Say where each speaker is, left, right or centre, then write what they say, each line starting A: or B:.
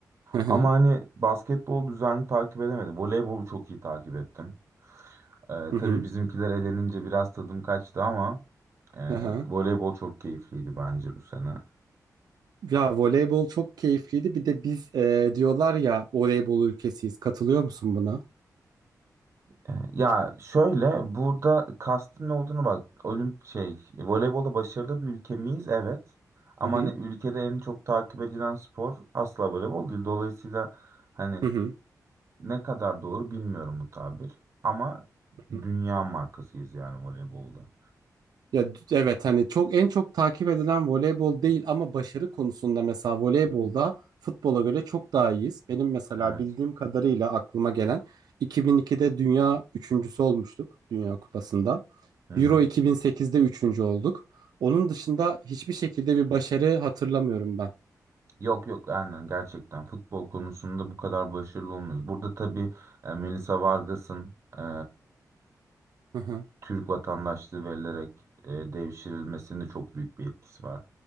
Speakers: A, on the right; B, on the right.
A: Hı hı.
B: Ama hani basketbol düzenli takip edemedim. Voleybolu çok iyi takip ettim. Ee,
A: Hı hı.
B: tabii bizimkiler elenince biraz tadım kaçtı ama e,
A: Hı hı.
B: voleybol çok keyifliydi bence bu sene.
A: Ya voleybol çok keyifliydi. Bir de biz e, diyorlar ya voleybol ülkesiyiz. Katılıyor musun buna?
B: E, Ya şöyle burada kastın ne olduğunu bak. Olimp şey voleybolda başarılı bir ülke miyiz? Evet. Ama
A: Hı hı.
B: hani ülkede en çok takip edilen spor asla voleybol değil. Dolayısıyla hani
A: Hı hı.
B: ne kadar doğru bilmiyorum bu tabir. Ama
A: hı hı.
B: dünya markasıyız yani voleybolda.
A: Ya d- evet hani çok en çok takip edilen voleybol değil ama başarı konusunda mesela voleybolda futbola göre çok daha iyiyiz. Benim mesela
B: Evet.
A: bildiğim kadarıyla aklıma gelen 2002'de dünya üçüncüsü olmuştuk Dünya Kupası'nda.
B: Hı
A: Euro
B: hı.
A: 2008'de üçüncü olduk. Onun dışında hiçbir şekilde bir başarı hatırlamıyorum ben.
B: Yok yok aynen gerçekten futbol konusunda bu kadar başarılı olmuyoruz. Burada tabii e, Melissa Vargas'ın e,
A: Hı hı.
B: Türk vatandaşlığı verilerek e, devşirilmesinde çok büyük bir etkisi var.